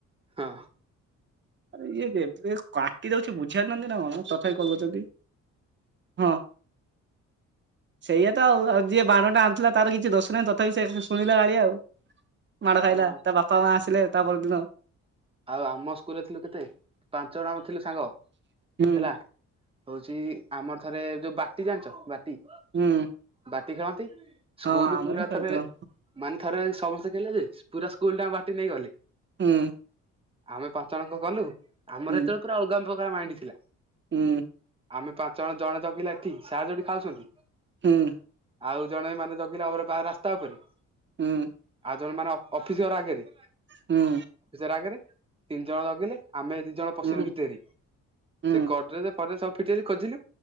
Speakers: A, on the right; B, on the right.
A: ହଁ।
B: ଆରେ ଇଏ କେବେ କାଟି ଦଉଛି ବୁଝିପାରୁନାହାଁନ୍ତି ନା କଣ, ତଥାପି କଲ୍ କରୁଛନ୍ତି। ହଁ। ସେଇଆ ତ ଆଉ। ଆଉ ଯିଏ ବାଣଟା ଆଣିଥିଲା, ତାର କିଛି ଦୋଷ ନାହିଁ ତଥାପି ସେ ଶୁଣିଲା ଗାଳି ଆଉ। ମାଡ
A: ଆଉ
B: ଖାଇଲା,
A: ଆମ-
B: ତା ବାପା ମା ଆସିଲେ ତା ପରଦିନ।
A: ଆଉ ଆମ ସ୍କୁଲରେ ଥିଲୁ କେତେ? ପାଞ୍ଚ ଜଣ ଆମ ଥିଲୁ ସାଙ୍ଗ
B: ହୁଁ
A: ହେଲା, ହଉଛି ଆମର ଥରେ ଯୋଉ ବାଟି ଜାଣିଛ ବାଟି?
B: ହୁଁ।
A: ବାଟି ଖେଳନ୍ତି, ସ୍କୁଲ
B: ହଁ ଆମେ
A: ପୁରା
B: ବି ଖେଳୁଥିଲୁ
A: ଥରେ ମାନେ ଥରେ ସମସ୍ତେ ଖେଳିଲେ ଯେ ପୁରା ସ୍କୁଲଟା ଯାଙ୍କ ବାଟି ନେଇଗଲି
B: ହୁଁ।
A: ଆମେ ପାଞ୍ଚ ଜଣଙ୍କ ଗଲୁ, ଆମର
B: ହୁଁ
A: ଯେତେବେଳେ ପୁରା ଅଲଗା ପ୍ରକାର ମାଇଣ୍ଡି ଥିଲା
B: ହୁଁ।
A: ଆମେ ପାଞ୍ଚ ଜଣ, ଜଣେ ଜଗିଲା ଏଠି, ସାର୍ ଯୋଉଠି ଖାଉସନ୍ତି
B: ହୁଁ।
A: ଆଉ ଜଣେ ମାନେ ଜଗିଲା ଆର ବା ରାସ୍ତା ଉପରେ
B: ହୁଁ।
A: ଆଉ ଜଣେ ମାନେ ଅ-ଅଫିସ ଘର ଆଗେରେ।
B: ହୁଁ।
A: ର ଆଗେରେ, ତିନି ଜଣ ଜଗିଲେ, ଆମେ ଦି ଜଣ ପଶିଲୁ
B: ହୁଁ ହୁଁ
A: ଭିତେରେ।
B: ହୁଁ।
A: ସେ ଗଡ୍ରେଜ୍ ଫଡ୍ରେଜ୍ ସବୁ ଫିଟେଇଲୁ ଖୋଜିଲୁ,